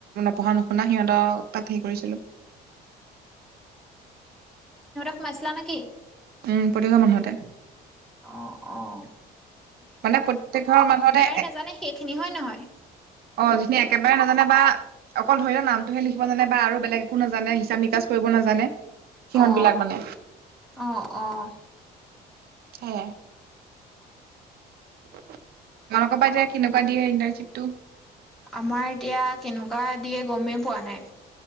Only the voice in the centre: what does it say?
সোমাইচিলা নে কি।
অঁ অঁ।
নাজানে সেইখিনি হয় নহয়?
অঁ,
অঁ - অঁ।
আমাৰ এতিয়া কেনেকুৱা দিয়ে গমেই পোৱা নাই,